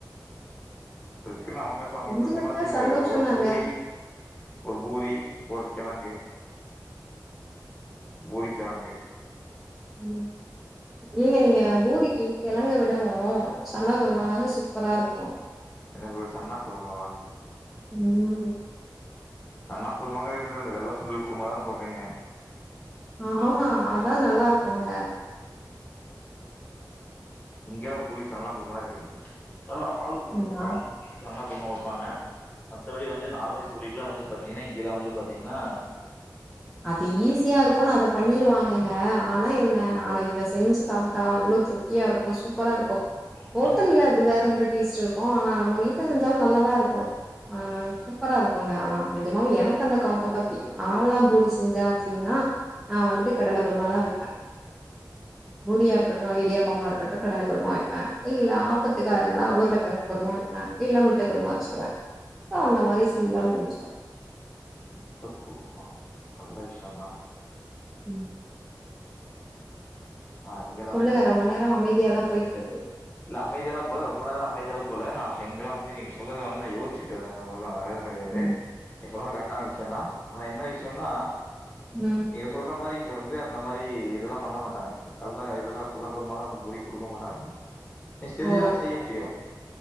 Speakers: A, on the left; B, in the centre.
A: குன் அவுங்க அவுங்களுக்கு
B: செஞ்சு
A: படிச்ச
B: வச்சா
A: மாரி செய்ய முடியாது
B: சந்தோஷந்தாங்க
A: ஒரு பூரி ஒரு பூரி ஒரு கெழங்கு பூரிக்கெழங்கு
B: ம் நீங்க நீங்க பூரிக்கு கெழங்க விடவூ சன்னா குருமாதாங்க சூப்பரா இருக்கூ
A: எனக்கு ஒரு சன்னா குருமாவா
B: ம்
A: சன்னா குருமாங்கறது என்னது வெள்ள சுண்டல் குருமாதா சொல்றீங்க
B: ஆமா அதா நல்லாருக்கூங்க
A: இங்கெல்லா பூரிக் சன்னா குருமாலா கெடைக்காது ஆனா ஆலூபூரி
B: நா
A: ஆலூ சன்னாப் குர்மா குப்பாங்க மத்தபடி வந்து நார்மல் பூரிக்குல்லா வந்து பாத்தீங்னா இங்கேல்ல வந்து பாத்தீங்னா
B: அது ஈஸியா இருக்கூனு அத பண்ணிருவாங்கங்க ஆனா என்ன ஆனா இத செஞ்சு சாப்ட்டா அவ்ளோ திருப்தியாருக் கூ சூப்பராருக்கூ
A: அம்மா
B: ஹோட்டல்ல அது வேற ஒரு டேஸ்ட்டு ஓ நா நம்ம வீட்லே செஞ்சாலு நல்லாதா இருக்கோ ஆ சூப்பரா இருக்கோங்கே ஆனா நெஜமாவே எனக்கு அந்த காம்போத்தா புடிக்கோ ஆலா பூரி செஞ்சா அப்டினா நா வந்துட்டு கடலக்குருமாதா வெப்பே பூரியா இருக்கட்டூ இடியாப்பம்மா இருக்கட்டூ கடலக்குருமா வெப்பே இல்லே புத்துக்கா
A: ம்
B: இருந்தா உர்ளகெழங் குருமா வெப்பே இல்லே முட்ட குருமா வெச்சுருவே சோ அந்த மாரி சிம்புளா முடிஞ்சுறோ
A: முட்ட குருமா நல்லே விஷ்யுந்தா
B: ம்
A: ஆனா இங்கெல்லா
B: சொல்லுகே ரொம்போ நேரோ அமைதியாதா போயி ஓகே
A: இல்லே அமைதியாலா போல ரொம்போ நேரோ அமைதியாலா போல நா சிங்கிளா வந்து நீங்கே சொல்றத வந்து நா யோஸ்ச்சிட்டுருந்தே
B: ம்
A: <unintelligible> <unintelligible> நீ சொன்னது காரெட் தா விஷ்யோந்தா ஆனா என்னே விஷ்யோனா
B: ம்
A: நீங்கே சொல்றம் மாரி இங்கே வந்து அந்த மாரி இதுலா பண்ணே மாட்டாங்கே கல்லே இதுலா கல்ல <unintelligible> வந்து பொரிக் குடுக்கே மாட்டாங்கே நெக்ஸ்ட் தெரிஞ்சுதானே
B: ஓ
A: செய்யே முடியு